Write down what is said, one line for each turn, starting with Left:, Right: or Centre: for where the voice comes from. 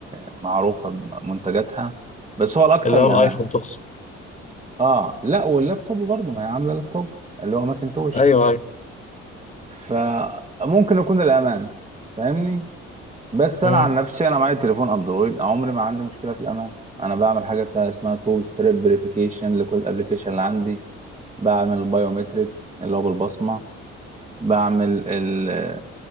Right: معروفه بمنتجاتها بس هو الاكثر
Left: اللي هو
Right: الامان
Left: الأيفون تقصد
Right: اه لا واللابتوب برضه ما هي عامله لابتوب اللي هو ماكنتوش
Left: أيوه أيوه
Right: فممكن يكون الامان فاهمني بس انا
Left: امم
Right: عن نفسي انا معايا تليفون اندرويد عمري ما عندي مشكله في الامان انا بعمل حاجه بتاع اسمها تو ستريب فيريفيكيشن لكل الابلكيشن اللي عندي بعمل البايومتريك اللي هو بالبصمه بعمل ال-